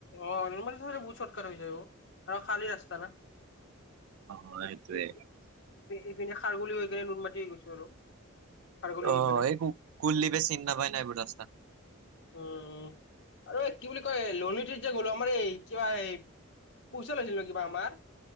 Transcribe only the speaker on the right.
অ',
সেইটোৱে।
অ',
এই কুলদীপে চিনি নাপায় না এইবোৰ ৰাস্তা।